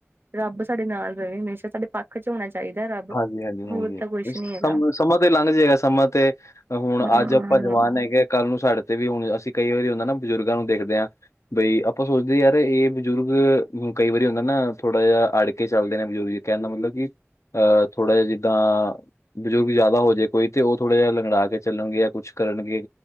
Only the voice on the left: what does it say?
ਜੀ ਹਾਂਜੀ- ਹਾਂਜੀ-
ਹਾਂਜੀ।
ਸਮ
ਸਮਾਂ ਤੇ ਲੰਘ ਜੇ ਗਾ ਸਮਾਂ ਤੇ ਹੁਣ
ਅੱਜ ਆਪਾਂ ਜਵਾਨ ਹੈਗੇ ਐ ਕੱਲ੍ਹ ਨੂੰ ਸਾਡੇ ਤੇ ਵੀ ਹੁਣ ਅਸੀਂ ਕਈ ਵਾਰੀ ਹੁੰਦਾ ਨਾ ਬਜ਼ੁਰਗਾਂ ਨੂੰ ਦੇਖਦੇ ਹਾਂ। ਬਈ ਆਪਾਂ ਸੋਚਦੇ ਯਾਰ ਇਹ ਬਜ਼ੁਰਗ ਹੁਣ ਕਈ ਵਾਰੀ ਹੁੰਦਾ ਨਾ ਥੋੜਾ ਜਿਹਾ ਅੜ ਕੇ ਚੱਲਦੇ ਨੇ ਬਜ਼ੁਰਗ ਕਹਿਣ ਦਾ ਮਤਲਬ ਕਿ ਅਹ ਥੋੜਾ ਜਿਹਾ ਜਿੱਦਾਂ ਬਜ਼ੁਰਗ ਜਿਆਦਾ ਹੋ ਜਾਏ ਕੋਈ ਤੇ ਉਹ ਥੋੜਾ ਜਿਹਾ ਲੰਘੜਾਕੇ ਚੱਲਣਗੇ ਜਾਂ ਕੁਛ ਕਰਨਗੇ।